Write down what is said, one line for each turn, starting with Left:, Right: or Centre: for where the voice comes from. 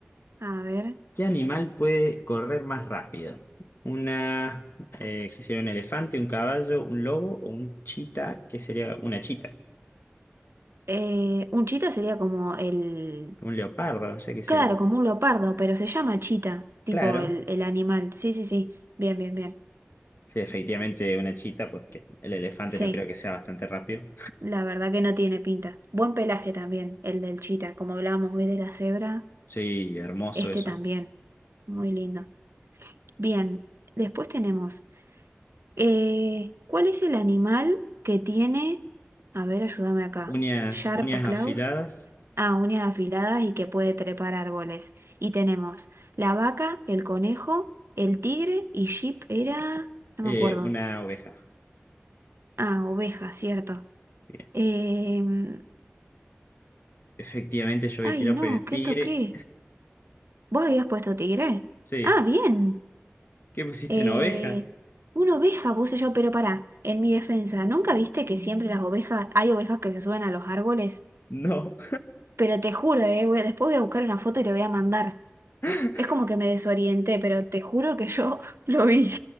Right: A ver.
Left: ¿Qué animal puede correr más rápido? Una, eh, ¿qué sería un elefante, un caballo, un lobo o un chita? ¿Qué sería una chita?
Right: Eh, un chita sería como el...
Left: Un leopardo, no sé qué sería.
Right: Claro, como un leopardo, pero se llama chita, tipo
Left: Claro,
Right: el, el animal. Sí, sí, sí. Bien, bien, bien.
Left: sí, efectivamente una chita, porque el elefante
Right: Sí.
Left: no creo que sea bastante rápido.
Right: La verdad que no tiene pinta. Buen pelaje también, el del chita, como hablábamos hoy de la cebra,
Left: Sí, hermoso
Right: este
Left: eso.
Right: también. Muy lindo. Bien, después tenemos, eh, ¿cuál es el animal que tiene, a ver, ayúdame acá,
Left: Uñas,
Right: sharp
Left: uñas
Right: claws?
Left: afiladas,
Right: Ah, uñas afiladas y que puede trepar árboles. Y tenemos la vaca, el conejo, el tigre y sheep era, no
Left: eh,
Right: me acuerdo.
Left: una oveja.
Right: Ah, oveja, cierto.
Left: Bien.
Right: Em,
Left: Efectivamente yo
Right: ay,
Left: voy a tirar
Right: no,
Left: por el
Right: ¿qué
Left: tigre.
Right: toqué? ¿Vos habías puesto tigre?
Left: Sí.
Right: Ah, bien.
Left: ¿Qué pusiste,
Right: Eh,
Left: una oveja?
Right: una oveja puse yo, pero pará, en mi defensa, ¿nunca viste que siempre las ovejas, hay ovejas que se suben a los árboles?
Left: No.
Right: Pero te juro, eh, voy- después voy a buscar una foto y te voy a mandar.
Left: <laughs>
Right: Es como que me desorienté, pero te juro que yo <laughs> lo vi.